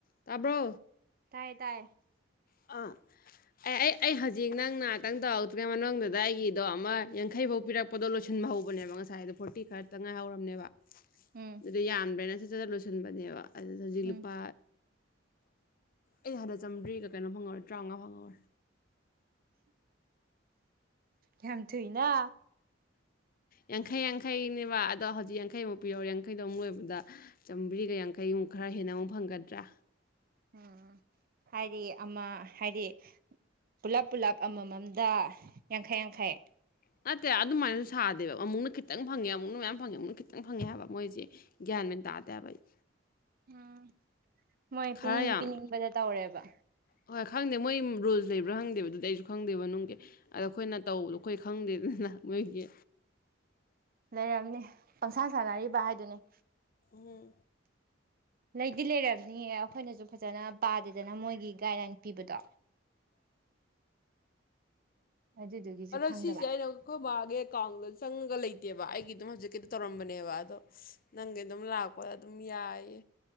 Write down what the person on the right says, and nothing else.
ꯇꯥꯏꯌꯦ ꯇꯥꯏꯌꯦ
ꯎꯝ
ꯎꯝ
ꯌꯥꯝ ꯊꯨꯏꯅ
ꯑꯝ ꯍꯥꯏꯗꯤ ꯑꯃ ꯍꯥꯏꯗꯤ ꯄꯨꯜꯂꯞ ꯄꯨꯜꯂꯞ ꯑꯃꯝꯃꯝꯗ ꯌꯥꯡꯈꯩ ꯌꯥꯡꯈꯩ
ꯎꯝ ꯃꯣꯏ
ꯄꯤꯅꯤꯡ
ꯄꯤꯅꯤꯡꯕꯗ ꯇꯧꯔꯦꯕ
ꯂꯩꯔꯝꯅꯤ ꯄꯪꯁꯥꯟ ꯁꯥꯟꯅꯔꯤꯕ ꯍꯥꯏꯗꯨꯅꯤ
ꯂꯩꯗꯤ ꯂꯩꯔꯕꯝꯅꯤꯌꯦ ꯑꯩꯈꯣꯏꯅꯁꯨ ꯐꯖꯅ ꯄꯥꯗꯦꯗꯅ ꯃꯣꯏꯒꯤ ꯒꯥꯏꯗꯂꯥꯏꯟ ꯄꯤꯕꯗꯣ ꯑꯗꯨꯗꯨꯒꯤꯁꯨ ꯈꯪꯗꯕ